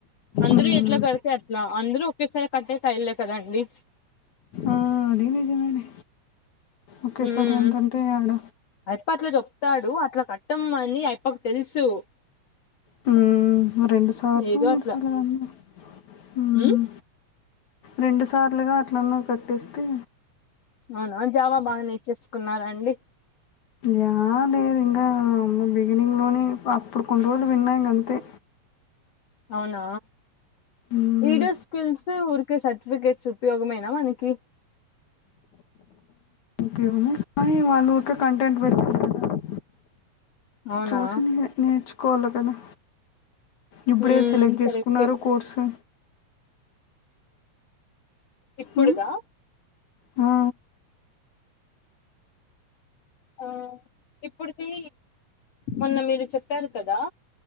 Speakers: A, on the left (about 60°); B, on the left (about 80°).
A: అందరూ
B: ఉమ్,
A: ఎట్ల కడతే అట్ ఇట్లా అందరు ఒకేసారి కట్టేకి అయ్యెళ్ళ కదండీ
B: ఆ అది నిజమేలే ఒకేసారి
A: మ్మ్
B: అంత అంటే యాడ
A: అయప్ప అట్ల చెప్తాడు. అట్ల కట్టం అని అయప్పకు తెలుసు.
B: మ్మ్ రెండు సార్లో
A: ఏదో
B: మూడు
A: అట్లా
B: సార్లో కట్టిన మ్
A: మ్మ్
B: రెండు సార్లుగా అట్లన్నా కట్టేస్తే
A: అవునా జావా బాగా నేర్చేసుకున్నారా అండి
B: యాడ లేదు ఇంగా బిగినింగ్ లోనే, అప్పుడు కొన్ని రోజులు విన్నా ఇంగ అంతే
A: అవునా
B: మ్మ్,
A: ఈడ స్కిల్స్ వుర్ కే సర్టిఫికేట్స్ ఉపయోగమేనా మనకి
B: ఇంకేమున్నాయి కానీ వాళ్ళు ఊరికే కంటెంట్ పెట్టరు కదా
A: అవునా
B: చూసిందే నేర్చుకోవాల కదా, ఇప్పుడే
A: మ్మ్
B: సెలెక్ట్ చేసుకున్నారు
A: కరెక్టే
B: కోర్సు.
A: ఇప్పుడుదా
B: మ్మ్, ఆ
A: ఆ ఇప్పుడుది, మొన్న మీరు చెప్పారు కదా!